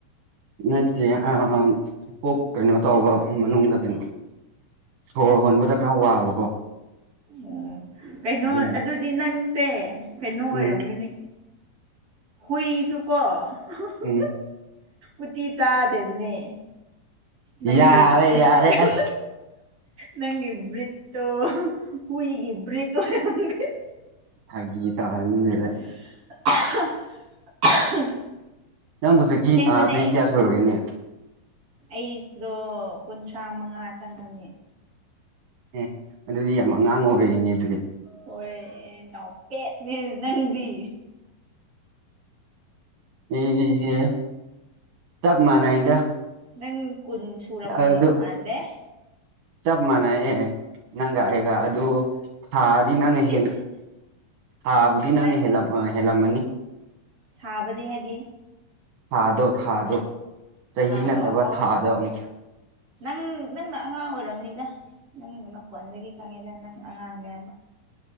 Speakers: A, on the right; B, on the right.
A: ꯅꯠꯇꯦ <unintelligible> ꯄꯣꯛ ꯀꯩꯅꯣ ꯇꯧꯕ ꯃꯅꯨꯡꯗ ꯀꯩꯅꯣ ꯁꯣꯔ ꯍꯣꯟꯕꯗ ꯈꯔ ꯋꯥꯕꯀꯣ
B: ꯑꯣ ꯀꯩꯅꯣ
A: ꯑꯗꯨꯒꯤ
B: ꯑꯗꯨꯗꯤ ꯅꯪꯁꯦ ꯀꯩꯅꯣ ꯑꯣꯏꯔꯝꯒꯅꯤ
A: ꯎꯝ
B: ꯍꯨꯏꯁꯨ ꯀꯣ <unintelligible>
A: ꯎꯝ
B: ꯎꯇꯤ ꯆꯥꯗꯦꯕꯅꯦ ꯅꯪꯒꯤ
A: ꯌꯥꯔꯦ
B: ꯕ꯭ꯔꯤꯠ
A: ꯌꯥꯔꯦ
B: <unintelligible>
A: ꯑꯁ
B: ꯅꯪꯒꯤ ꯕ꯭ꯔꯤꯠꯇꯣ ꯍꯨꯏꯒꯤ ꯕ꯭ꯔꯤꯠ ꯑꯣꯢꯔꯝꯒꯅꯤ
A: ꯐꯥꯒꯤ ꯇꯥꯔꯝꯅꯤꯗ
B: <unintelligible>
A: ꯅꯪꯕꯨ ꯆꯍꯤ
B: ꯑꯁꯦꯡꯕꯅꯦ
A: ꯑ ꯆꯍꯤ ꯀꯌꯥ ꯁꯨꯨꯔꯒꯦꯅꯦ
B: ꯑꯩꯗꯣ ꯀꯨꯟꯊ꯭ꯔꯥ ꯃꯉꯥ ꯆꯪꯉꯛꯌꯦ
A: ꯑꯦ ꯑꯗꯨꯗꯤ ꯌꯥꯝ ꯑꯉꯥꯡ ꯑꯣꯏꯔꯤꯅꯦ ꯑꯗꯨꯗꯤ
B: ꯍꯣꯏ ꯑꯦ ꯅꯥꯎꯄꯦꯠꯅꯦ ꯅꯪꯗꯤ
A: ꯑꯩꯁꯦ ꯆꯞ ꯃꯥꯟꯅꯩꯗ
B: ꯅꯪ ꯀꯨꯟ ꯁꯨꯔꯝꯗꯧ
A: ꯑꯗꯨ
B: ꯃꯥꯥꯟꯗꯦ
A: ꯆꯞ ꯃꯥꯟꯅꯩ ꯌꯦ ꯅꯪꯒ ꯑꯩꯒ ꯑꯗꯨ ꯁꯥꯗꯤ ꯅꯪꯅ ꯍꯦꯟ
B: ꯏꯁ
A: ꯁꯥꯕꯨꯗꯤ ꯅꯪꯅ
B: ꯅꯪ
A: ꯍꯦꯜꯂ ꯍꯦꯜꯂꯝꯃꯅꯤ
B: ꯁꯥꯕꯗꯤ ꯍꯥꯏꯗꯤ
A: ꯊꯥꯗꯣ ꯊꯥꯗꯣ ꯆꯍꯤ
B: ꯊꯥꯗꯣ
A: ꯅꯠꯇꯕ
B: ꯑꯣ
A: ꯊꯥꯗꯣ ꯎꯝ
B: ꯅꯪ ꯅꯪꯅ ꯑꯉꯥꯡ ꯑꯣꯏꯔꯝꯅꯤꯗ ꯅꯪ ꯅꯈꯣꯟꯗꯒꯤ ꯈꯪꯉꯤꯗ ꯅꯪ ꯑꯉꯥꯡꯅꯤ ꯍꯥꯏꯕ